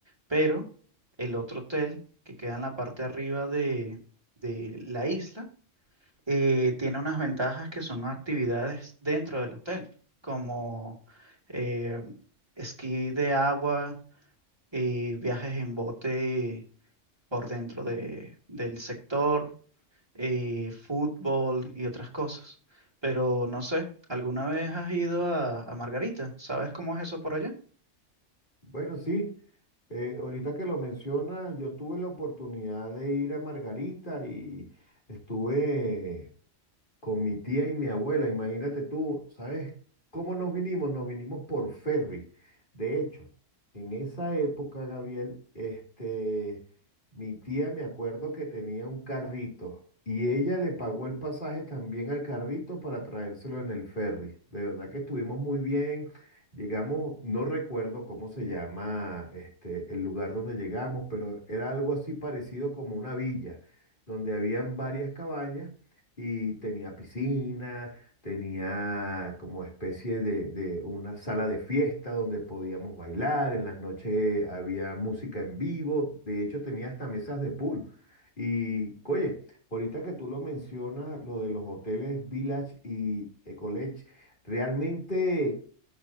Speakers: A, on the right (about 20°); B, on the left (about 40°).
A: pero el otro hotel que queda en la parte de arriba de, de la isla eh, tiene unas ventajas que son actividades dentro del hotel, como eh, esquí de agua, eh, viajes en bote por dentro de, del sector, eh, fútbol y otras cosas. Pero no sé, ¿alguna vez has ido a, a Margarita? ¿Sabes cómo es eso por allá?
B: Bueno, sí. eh, ahorita que lo mencionas, yo tuve la oportunidad de ir a Margarita y estuve con mi tía y mi abuela, imagínate tú, ¿sabes cómo nos vinimos? Nos vinimos por ferry. De hecho, en esa época, Gabriel, este, mi tía me acuerdo que tenía un carrito y ella le pagó el pasaje también al carrito para traérselo en el ferry. De verdad que estuvimos muy bien. Llegamos, no recuerdo cómo se llama este, el lugar donde llegamos, pero era algo así parecido como una villa, donde habían varias cabañas y tenía piscina, tenía como especie de, de una sala de fiesta donde podíamos bailar, en las noches había música en vivo, de hecho tenía hasta mesas de pool. Y, oye, ahorita que tú lo mencionas, lo de los hoteles Village y Ecolage, realmente...